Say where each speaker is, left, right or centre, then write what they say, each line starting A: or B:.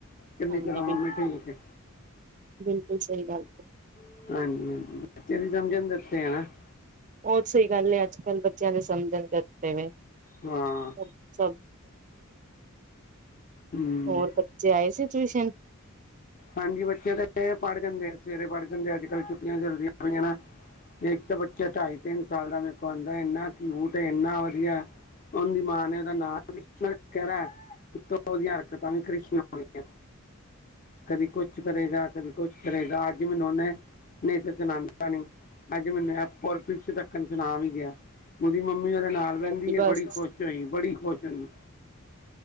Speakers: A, on the left (about 40°); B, on the right (about 35°).
A: ਕਿੰਨੀ
B: ਹਾਂਜੀ
A: ਚਿਰਾ ਮੰਮੀ
B: ਬਿਲ
A: ਢਿੱਲੀ ਹੈ ।
B: ਬਿਲਕੁਲ ਸਹੀ ਗੱਲ ਹੈ।
A: <inaudible>
B: ਹੋਰ ਸਹੀ ਗੱਲ ਹੈ। ਅੱਜ ਕੱਲ੍ਹ ਬੱਚਿਆਂ ਦੇ ਸਮਝਣ ਦਤੇ ਵ ਹੈ।
A: ਹਾਂ
B: <inaudible> <inaudible>
A: ਹੂੰ
B: ਹੋਰ ਬੱਚੇ ਆਏ ਸੀ ਟਿਊਸ਼ਨ ।
A: ਹਾਂਜੀ ਬੱਚੇ ਤਾਂ ਪੜ੍ਹ ਜਾਂਦੇ ਆ ਸਵੇਰੇ ਪੜ੍ਹ ਜਾਂਦੇ ਅੱਜ ਕੱਲ ਛੁੱਟੀਆਂ ਚੱਲਦੀਆਂ ਪਈਆਂ ਨਾ ਇੱਕ ਤਾਂ ਬੱਚਾ ਢਾਈ ਤਿੰਨ ਸਾਲ ਦਾ ਮੇਰੇ ਕੋ ਆਉਂਦਾ ਇੰਨਾ ਕਿਊਟ ਹੈ ਇੰਨਾ ਵਧੀਆ ਉਹਦੀ ਮਾਂ ਨੇ ਉਹਦਾ ਨਾਮ ਕ ਕਹਦਾ ਉਤੋਂ ਉਹਦੀਆਂ ਹਰਕਤਾਂ ਵੀ ਕ੍ਰਿਸ਼ਮ ਹੋਈਆਂ ਕਦੀ ਕੁਛ ਕਰੇਗਾ ਕਦੀ ਕੁਛ ਕਰੇਗਾ ਅੱਜ ਮੈਨੂੰ ਉਹਨੇ ਨਹੀਂ ਤਾਂ ਚਨਾਨਤਾ ਨੀ ਅਜ ਮੈਂਨ ਪਰਫੀਛੇ ਤੱਕ ਸੁਣਾ ਵੀ ਗਿਆ ਉਹਦੀ ਮੰਮੀ ਮੰਮੀ ਉਹਦੇ ਨਾਲ ਵਹਿੰਦੀ
B: ਹਾਂਜੀ
A: ਹੈ
B: ਬਸ
A: ਬੜੀ ਖੁਸ਼ ਹੋਈ ਬੜੀ ਖੁਸ਼ ਹੋਈ